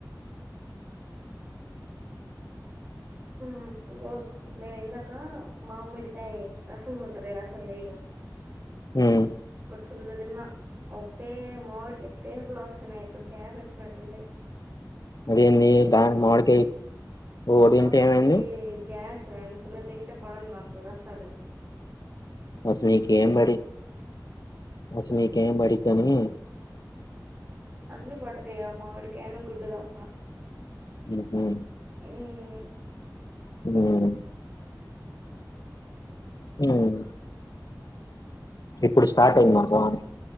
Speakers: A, on the right; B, on the left.
A: హ్మ్ ఓ నేను ఇందాక మామిడికాయ రసము ఉంటంది రసం వేయ
B: హ్మ్
A: ఫుల్ తిన్న ఓకే మామిడికి తెపులు వస్తున్నాయి ఎప్పుడు గ్యాస్ వచ్చినట్టు <unintelligible>
B: ఏంది దాని మామీడికాయ ఒకటి
A: మామిడికాయ
B: తింటే ఏమైంది
A: గ్యాస్ ఫుల్ తింటే పడదు నాకు రాసాలు
B: అస్సలు నీకెంబడి అస్సలు నీకెంబడి దని
A: అన్నీ పడతాయి మామిడికాయ గుడ్డు తప్ప
B: హ్మ్
A: హ్మ్
B: హ్మ్ హ్మ్ ఇప్పుడు స్టార్ట్ అయి మాకు వాన